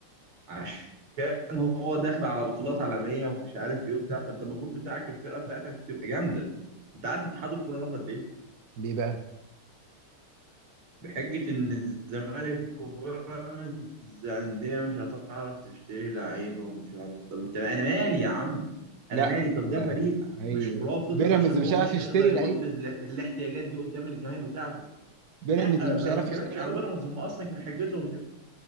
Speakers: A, on the right; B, on the right.
A: عشان هو داخل على بطولات عالميه ومش عارف ايه وبتاع فانت المفروض بتاعك الفرقه بتاعتك تبقى جامده انت عارف اتحاد الكوره رفض ليه
B: ليه بقى
A: بحجة إن الزمالك وبيراميدز أندية مش هتعرف تشتري لعيبة ومش عارف طب أنت أنا مالي يا عم أنا
B: لا
A: مالي طب
B: لا
A: ده فريق
B: لا، هي
A: مش رافض
B: بيراميدز
A: عشان هو
B: مش عارف
A: مش
B: يشتري
A: هيقدر يوفز
B: لعيبه
A: ل- الاحتياجات دي قدام الجماهير بتاعته
B: بيراميدز
A: لا أنا
B: مش عارف
A: ما اتكلمتش
B: يشتري
A: على بيراميدز هم أصلا كان حجتهم